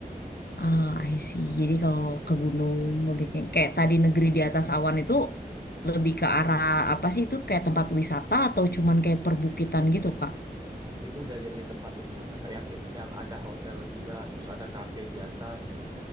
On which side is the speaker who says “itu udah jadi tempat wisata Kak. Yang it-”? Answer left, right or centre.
Right